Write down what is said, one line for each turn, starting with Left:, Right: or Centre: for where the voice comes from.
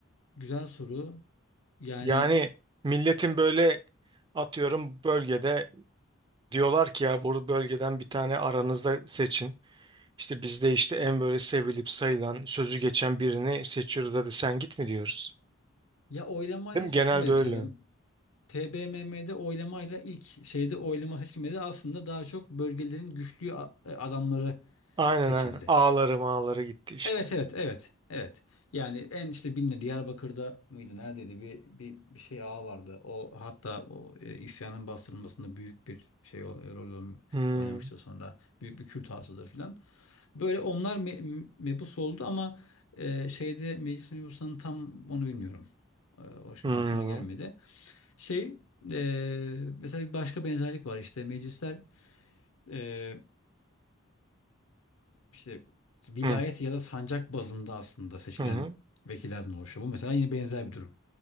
Left: güzel soru. Yani
Right: Yani milletin böyle atıyorum bölgede diyorlar ki ya bu bölgeden bir tane aranızda seçin. İşte bizde işte en böyle sevilip sayılan sözü geçen birini seçiyoruz hadi sen git mi diyoruz.
Left: ya oylamayla
Right: Değil mi?
Left: seçilmedi
Right: Genelde öyle.
Left: TBMM. TBMM'de oylamayla ilk şeyde oylama seçilmedi. Aslında daha çok bölgelerin güçlü a- e, adamları
Right: Aynen
Left: seçildi.
Right: aynen. Ağları mağları gitti işte.
Left: Evet evet evet evet. Yani en işte bilinen Diyarbakır'da mıydı neredeydi bir bir bir şey ağa vardı. O hatta o e, isyanın bastırılmasında büyük bir şey o- rol oyn-
Right: Hmm,
Left: oynamıştı sonra. Büyük bir Kürt ağasıdır filan. Böyle onlar me, me- mebus oldu ama e, şeyde meclis mebusunun tam onu bilmiyorum. E, o şimdi
Right: hmm,
Left: aklıma gelmedi. Şey e, mesela bir başka benzerlik var işte meclisler e, işte vilayet
Right: hmm,
Left: ya da sancak bazında aslında seçilen
Right: hı hı.
Left: vekillerden oluşuyor. Bu mesela yine benzer bir durum.